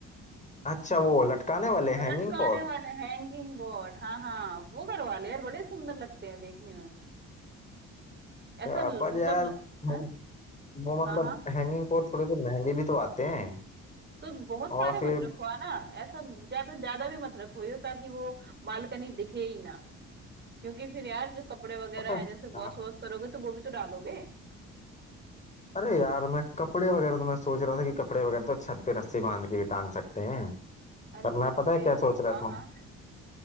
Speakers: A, on the left; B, on the right.
A: अच्छा वो लटकाने वाले
B: और लटकाने
A: हैंगिंग पॉट
B: वाले हैंगिंग बोर्ड हाँ हाँ वो करवा ले यार बड़े सुंदर लगते हैं देखने में ऐसा
A: पर
B: ल- मतलब
A: यार
B: ल- हाँ
A: हैं- वो मतलब
B: हाँ हाँ
A: हैंगिंग पॉट थोड़े से महंगे भी तो आते हैं
B: तो बहुत
A: और
B: सारे मत
A: फिर
B: रखवा ना ऐसा ज्यादा ज्यादा भी मत रखवाइयो ताकि वो बालकनी दिखे ही ना क्योंकि फिर यार जो कपड़े वगैरह
A: पता है-
B: हैं जैसे वॉश
A: हाँ।
B: वॉश करोगे तो वो भी तो डालोगे
A: अरे यार मैं कपड़े वगैरह तो मैं सोच रहा था कि कपड़े वगैरह तो छत पे रस्सी बांध के भी टांग सकते हैं
B: अरे
A: पर
B: छत
A: मैं पता है
B: के
A: क्या सोच रहा
B: हाँ
A: था
B: हाँ